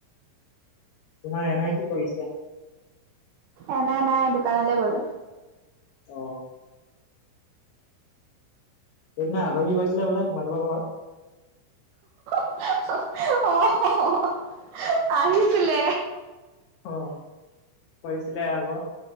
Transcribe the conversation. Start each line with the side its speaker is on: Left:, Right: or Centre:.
Left: তোমাৰ এনাই কি কৰিছে?
Right: এনাই নাই। দোকানলৈ গ'ল।
Left: অ'। সেইদিনা আলহী গৈছিলে বোলে, তোমালোকৰ ঘৰত?
Right: হঁ - হঁ, অ' - অ'। আহিছিলে।
Left: অ', কৈছিলে আক'।